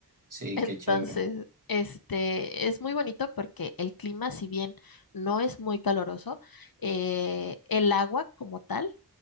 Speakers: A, on the right; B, on the left.
A: Sí,
B: Entonces,
A: qué chévere,
B: este, es muy bonito porque el clima, si bien no es muy caloroso, eh, el agua como tal